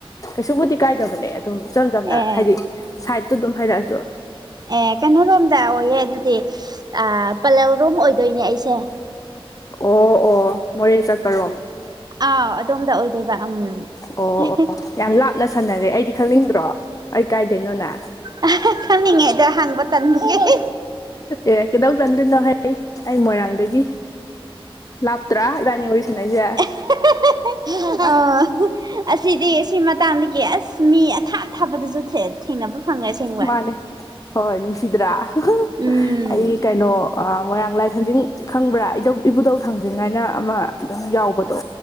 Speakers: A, on the left (about 35°); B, on the right (about 45°).
A: ꯀꯩꯁꯨꯕꯨꯗꯤ ꯀꯥꯏꯗꯕꯅꯦ ꯑꯗꯨꯝ ꯏꯆꯝ ꯆꯝꯅ
B: ꯑꯦ
A: ꯍꯥꯏꯗꯤ ꯁꯥꯏꯗꯠꯇ ꯑꯗꯨꯝ ꯍꯥꯏꯔꯛꯑꯁꯨ꯫
B: ꯑꯦ ꯀꯩꯅꯣꯔꯣꯝꯗ ꯑꯣꯏꯌꯦ ꯑꯗꯨꯗꯤ ꯑ ꯄꯂꯦꯜ ꯔꯣꯝ ꯑꯣꯏꯗꯨꯏꯅꯦ ꯑꯩꯁꯦ꯫
A: ꯑꯣ ꯑꯣ ꯃꯣꯔꯦ ꯆꯠꯄꯔꯣꯝ꯫
B: ꯑꯥꯎ ꯑꯗꯣꯝꯗ ꯑꯣꯏꯗꯣꯏꯕ ꯎꯝ
A: ꯑꯣ
B: ꯍꯦ
A: ꯑꯣ
B: ꯍꯦ꯫
A: ꯌꯥꯝ ꯂꯥꯞꯅ ꯁꯥꯟꯅꯔꯦ ꯑꯩꯗꯤ ꯈꯪꯅꯤꯡꯗ꯭ꯔꯣ ꯑꯩ ꯀꯥꯏꯗꯩꯅꯣꯅꯦ꯫
B: ꯑꯍꯥ ꯈꯪꯅꯤꯡꯉꯦ ꯑꯗꯣ ꯍꯪꯕ ꯇꯟꯕꯒꯦ ꯍꯦ
A: ꯑꯦ ꯀꯩꯗꯧ ꯇꯟꯗꯣꯏꯅꯣ ꯍꯩ ꯑꯩ ꯃꯣꯏꯔꯥꯡꯗꯒꯤ ꯂꯥꯞ ꯇ꯭ꯔꯥ ꯏꯕꯥꯅꯤ ꯋꯥꯔꯤ ꯁꯥꯅꯩꯖꯦ꯫
B: <unintelligible> ꯑꯣ ꯑꯁꯤꯗꯤ ꯁꯤ ꯃꯇꯥꯡꯗꯒꯤ ꯑꯁ꯫ ꯃꯤ ꯑꯊꯥꯞ ꯑꯊꯥꯞꯄꯗꯁꯨ ꯊꯦꯠ ꯊꯦꯡꯅꯕ ꯐꯪꯉꯦ ꯑꯁꯦꯡ
A: ꯃꯥꯅꯦ ꯍꯣꯏ ꯅꯨꯡꯁꯤꯗ꯭ꯔꯥ <unintelligible>
B: ꯎꯝ
A: ꯑꯩ ꯀꯩꯅꯣ ꯑ ꯃꯣꯏꯔꯥꯡ ꯂꯥꯏ ꯊꯥꯡꯖꯤꯡ ꯈꯪꯕ꯭ꯔꯥ ꯏꯙꯧ ꯏꯕꯨꯙꯧ ꯊꯥꯡꯖꯤꯡ ꯍꯥꯏꯅ ꯑꯃ ꯑꯗꯨꯝ ꯌꯥꯎꯕꯗꯣ꯫